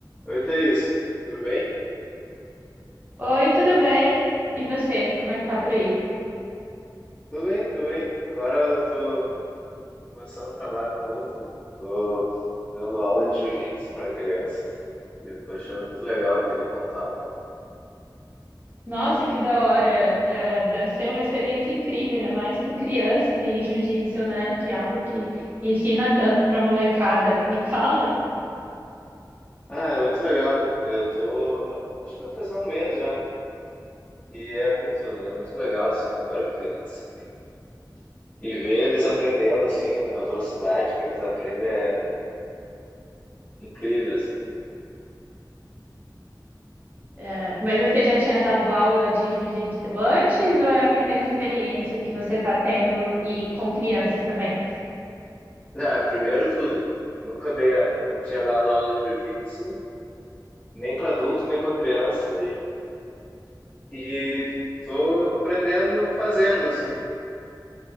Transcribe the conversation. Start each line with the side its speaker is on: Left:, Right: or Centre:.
Left: Oi, Thaís, tudo bem?
Right: Oi, tudo bem? E você, como é que tá por aí?
Left: Tudo bem, tudo bem. Agora eu tô começando um trabalho novo, eu tô dando aula de jiu-jitsu para crianças e eu tô achando muito legal, eu queria contar um pouco.
Right: Nossa, que da hora! É, deve ser uma experiência incrível, ainda mais com crianças e jiu-jitsu, né? Que é algo que ensina tanto pra molecada. Me fala,
Left: Ah, é muito legal, eu tô, acho que vai fazer um mês já e é muito, é muito legal, assim, eu adoro criança e, e ver eles aprendendo, assim, a velocidade que eles aprendem é incrível, assim.
Right: é, mas você já tinha dado aula de jiu-jitsu antes ou é a primeira experiência que você tá tendo e com crianças também?
Left: Não, é primeiro tudo. Nunca dei, não tinha dado aula de jiu-jitsu, nem para adulto, nem para criança, E tô aprendendo fazendo, assim.